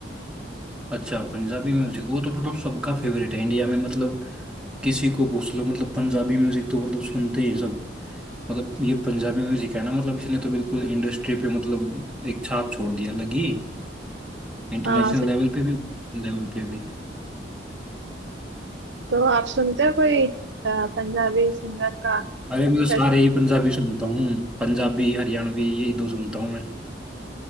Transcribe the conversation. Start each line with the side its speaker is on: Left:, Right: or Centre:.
Centre: अच्छा पंजाबी म्यूजिक वो तो मतलब सबका फेवरेट है इंडिया में मतलब किसी को पूछ लो मतलब पंजाबी म्यूजिक तो मतलब सुनते ही सब मतलब ये पंजाबी म्यूजिक है ना मतलब इसने तो बिल्कुल इंडस्ट्री पे मतलब एक छाप छोड़ दिया लगी इंटरनेशनल
Right: हाँ सर,
Centre: लेवल पे भी लेवल पे भी
Right: तो आप सुनते हो कोई अ, पंजाबी सिंगर का
Centre: अरे मैं तो
Right: जैसे-
Centre: सारे ही पंजाबी सुनता हूँ पंजाबी हरियाणवी यही दो सुनता हूँ मैं